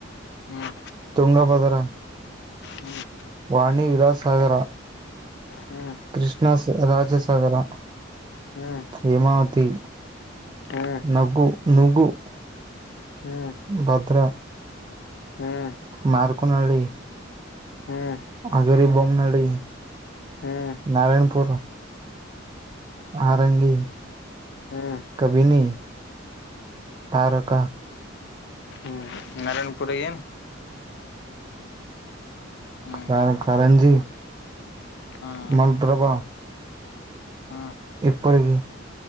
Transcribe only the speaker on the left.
ಹ್ಮ್
ಹ್ಮ್
ಹ್ಮ್
ಹ್ಮ್ ಹ್ಮ್
ಹ್ಮ್
ಹ್ಮ್ ಹ್ಮ್
ಹ್ಮ್
ಹ್ಮ್
ಹ್ಮ್
ಹ್ಮ್
ಹ್ಮ್ ನಾರಾಯಣಪುರ ಏನ್ ಹ್ಮ್
ಹ್ಮ್
ಹ್ಮ್